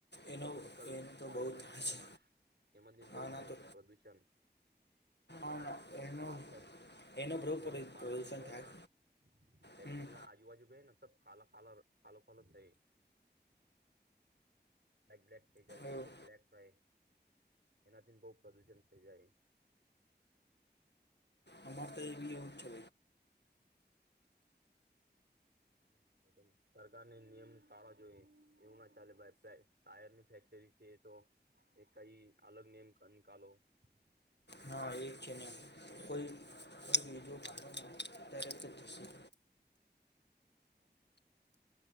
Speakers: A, on the left; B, on the right.
A: એનો
B: કેમિકલ
A: એનો તો
B: ઓઈલ
A: બહુ
B: બને
A: થાય
B: ને
A: છે
B: એમાં એમાંથી બહ
A: આના
B: થઈ
A: તો
B: પ્રદુષણ
A: આના
B: આપ
A: એનો એનો
B: ફેક્ટરી
A: બહુ પ્રદૂ
B: પા
A: પ્રદૂષણ
B: ગયો
A: થાય
B: ને ફેક્ટરી
A: હમ
B: ના આજુબાજુ ગને સ. કાલો કાલો કાલો કાલો થ. બ્ક બ્લેક થઈ જાય
A: એવું
B: પૂરો બ્લેક થાય એનાથી બહ પ્રદુષણ થઈ જાય.
A: અમાર તો એવી હો જ છય.
B: ચા સરકારને નિયમ ટાળવા જોઈએ એવું ના ચાલેાઈ ટાયરની ફેક્ટરી છે તો એ કઈ અલગ નિયમ નિકાલો <inaudible>
A: હા એ જ છે ને કોઈ કોઈ બીજું કાઢો ને તરત જ થશે શું
B: હા.